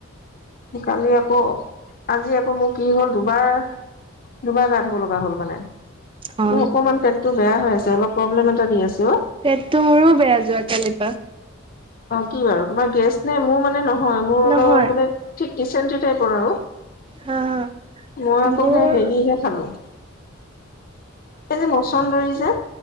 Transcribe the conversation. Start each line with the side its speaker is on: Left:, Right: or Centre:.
Left: কালি আকৌ আজি আকৌ মোৰ কি হ'ল দুবাৰ দুবাৰ গা ধ'ব লগা হ'ল মানে
Right: অ
Left: মোৰ অকণমান পেটটো বেয়া হৈ আছে অলপ প্ৰব্লেম এটা দি আছে। অ
Right: পেটটো মোৰো বেয়া যোৱা কালিৰ পৰা
Left: কি বাৰু তোমাৰ গেষ্ট নাই মোৰ মানে নহয় মোৰ অলপ
Right: নহয়
Left: মানে ঠিক চেণ্টি টাইপৰ আৰু।
Right: হা হা
Left: মই
Right: মোৰ
Left: আকৌ সেই হেৰিহে খালো। এই যে মচন্দৰি যে।